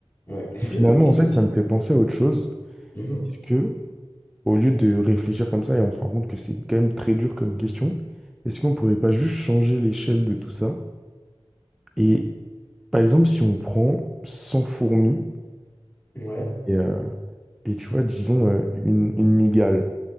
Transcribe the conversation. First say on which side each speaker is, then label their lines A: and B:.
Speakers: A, on the left; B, in the centre.
A: ouais. Est-ce
B: Et
A: que,
B: finalement,
A: est-ce
B: en fait,
A: que tu...
B: ça me fait penser à autre chose.
A: Mhm.
B: Est-ce que Au lieu de réfléchir comme ça, et on se rend compte que c'est quand même très dur comme question, est-ce qu'on pourrait pas juste changer l'échelle de tout ça? Et par exemple, si on prend 100 fourmis
A: Ouais,
B: et, euh, et tu vois, disons euh, une, une migale,